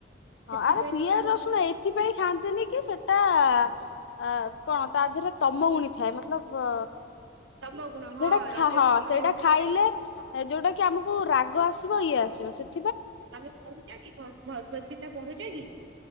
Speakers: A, on the left (about 70°); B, on the right (about 75°).
A: ହଁ
B: ସେଥିପାଇଁ
A: ଆରେ ପିଆଜ
B: ଟିକେ ମ
A: ରସୁଣ ଏଇଥିପାଇଁ ଖାଆନ୍ତିନି କି ସେଟା ଅ କଣ ତା ଦେହରେ ତମ ଗୁଣି ଥାଏ ମତଲବ
B: ତମ ଗୁଣ ହଁ
A: ସେଟା ଖା
B: ରଜ
A: ହଁ
B: ଗୁଣ ତମ
A: ସେଇଟା
B: ଗୁଣ
A: ଖାଇଲେ
B: ଯୋଉଟା ଥାଏ। ହଁ
A: ଯୋଉଟା କି ଆମକୁ ରାଗ ଆସିବ ଇଏ ଆସିବ ସେ
B: ତମେ ପଢୁଛ କି ଭ ଭଗବତ ଗୀତା ପଢୁଛ କି?